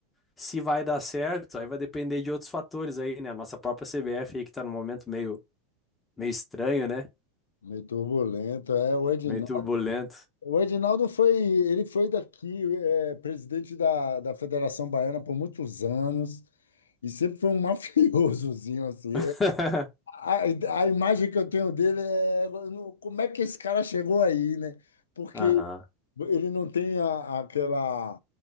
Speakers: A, on the left (about 20°); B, on the left (about 75°).
A: se vai dar certo, aí vai depender de outros fatores aí, né? A nossa própria CBF aí que tá no momento meio Meio estranho, né?
B: meio turbulento. É, o Edinaldo,
A: Meio turbulento.
B: o Edinaldo foi, ele foi daqui, é, presidente da, da Federação Baiana por muitos anos e sempre foi um <laughs> mafiosozinho assim.
A: <laughs>
B: A, a imagem que eu tenho dele é no- como é que esse cara chegou aí, né? Porque
A: Aham.
B: ele não tem a- aquela